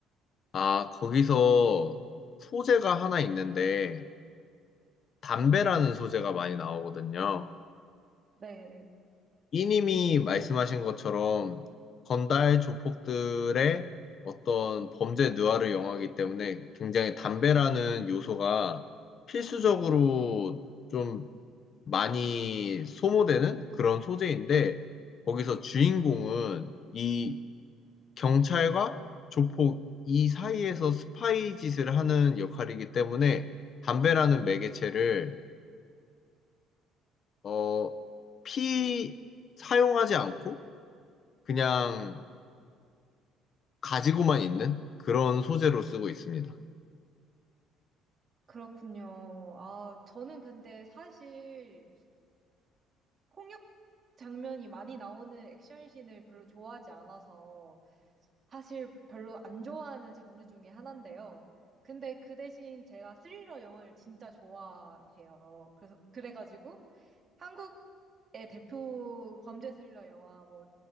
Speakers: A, on the left (about 40°); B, on the right (about 30°).
A: 아, 거기서 소재가 하나 있는데 담배라는 소재가 많이 나오거든요.
B: 네,
A: 이님이 말씀하신 것처럼 건달 조폭들의 어떤 범죄 누아르 영화이기 때문에 굉장히 담배라는 요소가 필수적으로 좀 많이 소모되는 그런 소재인데 거기서 주인공은 이 경찰과 조폭 이 사이에서 스파이 짓을 하는 역할이기 때문에 담배라는 매개체를 어, 피 사용하지 않고 그냥 가지고만 있는 그런 소재로 쓰고 있습니다.
B: 그렇군요. 아, 저는 근데 사실 폭력 장면이 많이 나오는 액션씬을 별로 좋아하지 않아서 사실 별로 안 좋아하는 장르 중에 하나인데요. 근데 그 대신 제가 스릴러 영화를 진짜 좋아해요. 그래서 그래가지고 한국의 대표 범죄 스릴러 영화 뭐